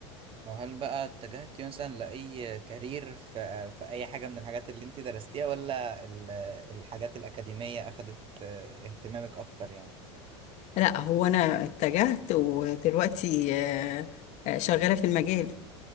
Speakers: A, on the right; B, on the left.
A: وهل بقى اتجهتي مثلا لأي كارير في, في أي حاجة من الحاجات اللي انت درستيها ولا ال- الحاجات الأكاديمية أخدت آه، اهتمامك أكتر يعني
B: لا هو انا اتجهت ودلوقتي اه، اه، شغالة في المجال